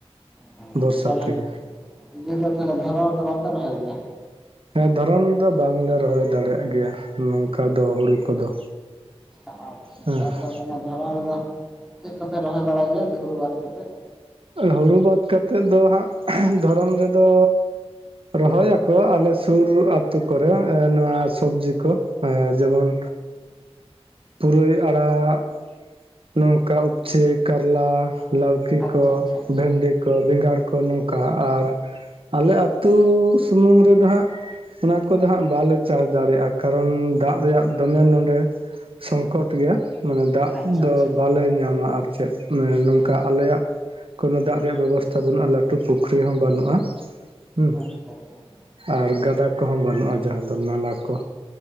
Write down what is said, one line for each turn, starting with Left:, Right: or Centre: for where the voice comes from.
Centre: ᱦᱚᱸ
Right: ᱵᱚᱨᱥᱟ
Centre: ᱛᱟᱦᱚᱞᱮ
Right: ᱛᱮᱜᱮ,
Centre: ᱤᱭᱟᱹ ᱫᱚ ᱛᱟᱦᱚᱞᱮ ᱫᱷᱚᱨᱚᱱ ᱫᱚ ᱵᱟᱝᱯᱮ ᱨᱚᱦᱚᱭ ᱜᱮᱭᱟ?
Right: ᱦᱮᱸ ᱫᱷᱚᱨᱚᱱ ᱫᱚ ᱵᱟᱝᱞᱮ ᱨᱚᱦᱚᱭ ᱫᱟᱲᱮᱭᱟᱜ ᱜᱮᱭᱟ ᱱᱚᱝᱠᱟ ᱫᱚ ᱦᱩᱲᱩ ᱠᱚᱫᱚ᱾
Centre: ᱟ ᱟᱪᱪᱷᱟ
Right: ᱦᱮᱸ
Centre: ᱟᱪᱪᱷᱟ ᱚᱱᱟ ᱫᱷᱚᱨᱚᱱ ᱨᱮᱫᱚ ᱪᱮᱜ ᱠᱚᱯᱮ ᱨᱚᱦᱚᱭ ᱵᱟᱲᱟᱭ ᱜᱮᱭᱟ ᱦᱩᱲᱩ ᱵᱟᱫ ᱠᱟᱛᱮᱜ?
Right: ᱦᱩᱲᱩ ᱵᱟᱫ ᱠᱟᱛᱮᱜ ᱫᱚ ᱦᱟᱸᱜ ᱫᱷᱚᱨᱚᱢ ᱨᱮᱫᱚ ᱨᱚᱦᱚᱭᱟᱠᱚ ᱟᱞᱮ ᱥᱩᱨ ᱟᱛᱚ ᱠᱚᱨᱮ ᱮᱸ ᱱᱚᱣᱟ ᱥᱚᱵᱽᱡᱤ ᱠᱚ᱾ ᱮᱸ ᱡᱮᱢᱚᱱ ᱯᱩᱨᱟᱹᱭ ᱟᱲᱟᱜ ᱱᱚᱝᱠᱟ ᱩᱯᱪᱷᱤ ᱠᱟᱨᱞᱟ ᱞᱟᱹᱣᱠᱤ
Centre: ᱟᱪᱪᱷᱟ
Right: ᱠᱚ
Centre: ᱟᱪᱪᱷᱟ ᱟᱪᱪᱷᱟ
Right: ᱵᱷᱮᱱᱰᱤ ᱠᱚ ᱵᱮᱸᱜᱟᱲ ᱠᱚ ᱱᱚᱝᱠᱟ ᱟᱨ ᱟᱞᱮ ᱟᱹᱛᱩ ᱥᱩᱢᱩᱝ ᱨᱮᱫᱚ ᱦᱟᱸᱜ, ᱚᱱᱟ ᱠᱚᱫᱚ ᱦᱟᱸᱜ ᱵᱟᱞᱮ ᱪᱟᱥ ᱫᱟᱲᱮᱭᱟᱜᱼᱟ ᱠᱟᱨᱚᱱ ᱫᱟᱜᱽ ᱨᱮᱭᱟᱜ ᱫᱚᱢᱮ ᱱᱚᱸᱰᱮ ᱥᱚᱝᱠᱚᱴ ᱜᱮᱭᱟ ᱢᱟᱱᱮ ᱫᱟᱜᱽ
Centre: ᱟᱪᱪᱷᱟ
Right: ᱫᱚ
Centre: ᱟᱪᱪᱷᱟ ᱟᱪᱪᱷᱟ
Right: ᱵᱟᱞᱮ ᱧᱟᱢᱟ ᱟᱨ ᱪᱮᱫ ᱚᱱᱮ ᱱᱚᱝᱠᱟ ᱟᱞᱮᱭᱟᱜ ᱠᱚᱱ ᱫᱟᱜᱽ ᱨᱮᱭᱟᱜ ᱵᱮᱵᱚᱥᱛᱷᱟ ᱵᱟᱹᱱᱩᱜᱼᱟ ᱞᱟᱹᱴᱩ ᱯᱩᱠᱷᱨᱤ ᱦᱚᱸ ᱵᱟᱹᱱᱩᱜᱼᱟ᱾ ᱦᱮᱸ
Centre: ᱟᱪᱪᱷᱟ ᱟᱪᱪᱷᱟ ᱟᱪᱪᱷᱟ᱾
Right: ᱟᱨ ᱜᱟᱰᱟ ᱠᱚᱦᱚᱸ ᱵᱟᱹᱱᱩᱜᱼᱟ ᱡᱟᱦᱟᱸ ᱫᱚ ᱱᱟᱞᱟ ᱠᱚ᱾